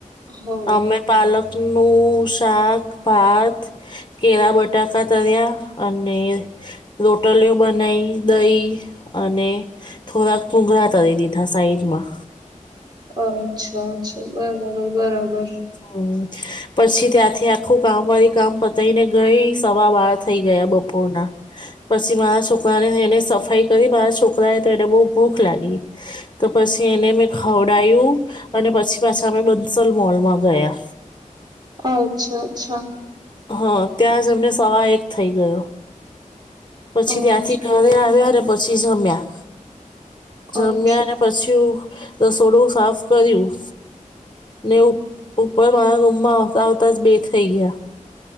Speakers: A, on the right; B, on the left.
A: હો
B: આમે પાલકનું શાક ભાત કેળા બટાકા તર્યા અને રોટલીઓ બનાઈ દહી અને થોડાક પુંઘળા તરી દીધા સાઈડમાં
A: અચ્છા અચ્છા બરાબર બરાબર
B: હમ પછી ત્યાંથી આખું કામ વાળી કામ પતાય ને ગઈ સવા બાર થઈ ગયા બપોરના પછી મારા છોકરાને એને સફાઈ કરી મારા છોકરા એ તો એને બહુ ભૂખ લાગી તો પછી એને મેં ખવડાયું અને પછી પાછા અમે બંસલ મોલમાં ગયા
A: અચ્છા અચ્છા
B: હા ત્યાં જ અમને સવા એક થઇ ગયો પછી
A: અચ્છા
B: ત્યાંથી ઘરે આવ્યા અને પછી જમ્યા
A: અચ્છા
B: જમ્યા અને પછી રસોડું સાફ કર્યું ને ઉપ ઉપર મારા રૂમમાં આવતાં આવતા જ બે થઈ ગયા